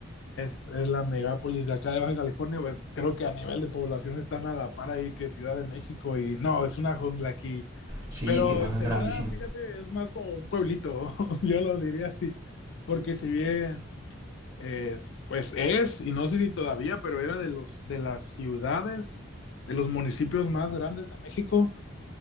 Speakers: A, on the left; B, on the right.
A: es, es la megápolis de acá de Baja California. Pues creo que a nivel de población están a la par ahí que Ciudad de México. Y no, es una jungla aquí
B: Sí,
A: Pero
B: Tijuana
A: Ensenada,
B: es grandísimo.
A: fíjate, es más como un pueblito, <laughs> yo lo diría así, porque si bien, eh, pues es, y no sé si todavía, pero era de los, de las ciudades, de los municipios más grandes de México,